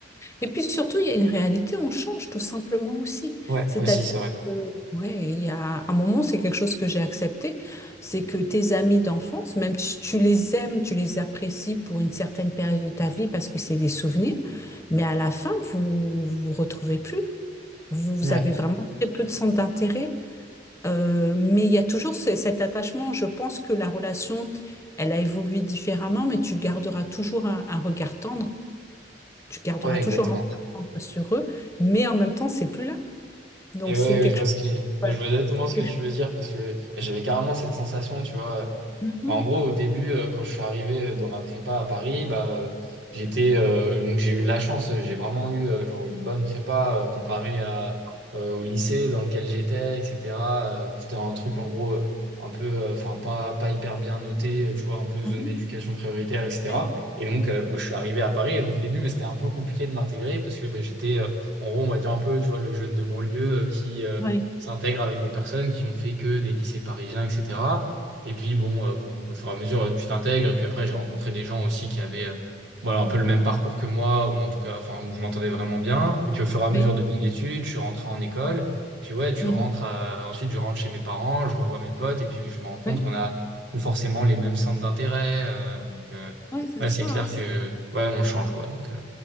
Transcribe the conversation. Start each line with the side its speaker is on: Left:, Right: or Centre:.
Left: Et puis surtout, il y a une réalité, on change tout simplement aussi.
Right: Ouais,
Left: C'est-à-dire
Right: aussi, c'est vrai.
Left: que, ouais, il y a un moment, c'est quelque chose que j'ai accepté, c'est que tes amis d'enfance, même si tu les aimes, tu les apprécies pour une certaine période de ta vie parce que c'est des souvenirs, mais à la fin, vous vous vous retrouvez plus. Vous
Right: Ouais,
Left: avez vraiment très peu de centre d'intérêt. Euh, mais il y a toujours ce- cet attachement. Je pense que la relation, elle a évolué différemment, mais tu garderas toujours un un regard tendre tu garderas
Right: ouais,
Left: toujours
Right: exactement.
Left: un peu à prendre sur eux, mais en même temps, c'est plus là. Donc,
Right: Et ouais,
Left: c'est
Right: ouais,
Left: quelque
Right: je vois
Left: chose.
Right: ce que, bah,
Left: voilà.
Right: je vois exactement
Left: C'est
Right: ce
Left: quelque
Right: que tu
Left: chose-
Right: veux dire parce que bah, j'avais carrément cette sensation, tu vois.
Left: Mhm,
Right: Enfin, en gros, au début, euh, quand je suis arrivé dans ma prépa à Paris, bah, euh, j'étais, euh, donc j'ai eu de la chance. J'ai vraiment eu euh, genre une bonne prépa euh, comparée à, euh, au lycée dans lequel j'étais, etc. Euh, c'était un truc en gros euh, un peu, euh, enfin pas, pas hyper bien noté, euh, tu vois, un peu zone
Left: mhm,
Right: d'éducation prioritaire, etc.
Left: ouais,
Right: Et donc, euh, moi, je suis arrivé à Paris. Et donc au début, bah, c'était un peu compliqué de m'intégrer parce que bah, j'étais, euh, en gros, on va dire un peu, tu vois, le jeune de banlieue euh, qui euh,
Left: ouais,
Right: s'intègre avec des personnes qui ont fait que des lycées parisiens, etc. Et puis bon, euh, bon, au fur et à mesure, euh, tu t'intègres. Et puis après, j'ai rencontré des gens aussi qui avaient euh, voilà, un peu le même parcours que moi, ou en tout cas, enfin, où je m'entendais vraiment bien. Et puis au fur et à mesure
Left: ouais,
Right: de mes études, je suis rentré en école. Et puis ouais, tu
Left: mhm,
Right: rentres, à- ensuite je rentre chez mes parents, je revois mes potes, et puis je me rends compte
Left: ouais.
Right: qu'on a plus forcément les mêmes centres d'intérêt. euh, donc euh,
Left: Oui, c'est
Right: ouais, c'est
Left: ça.
Right: clair
Left: hein.
Right: que ouais, on change quoi. Donc euh,